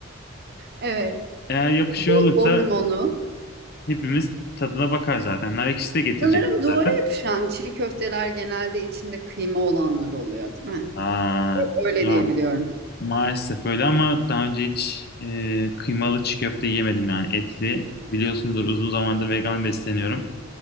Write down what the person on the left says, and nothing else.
Eğer yapışıyor
olursa
hepimiz tadına bakar zaten. Nar ekşisi de getirecek
zaten.
Aa,
ya
maalesef öyle ama daha önce hiç e, kıymalı çiğ köfte yemedim yani etli. Biliyorsundur uzun zamandır vegan besleniyorum.